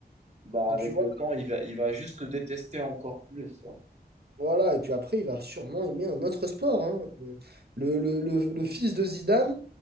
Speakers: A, on the right; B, on the right.
A: bah
B: Et
A: avec
B: puis voilà.
A: le temps, il va, il va juste le détester encore plus. hein.
B: Voilà, et puis après, il va sûrement aimer un autre sport. hein. Euh, Le, le- le- le fils de Zidane,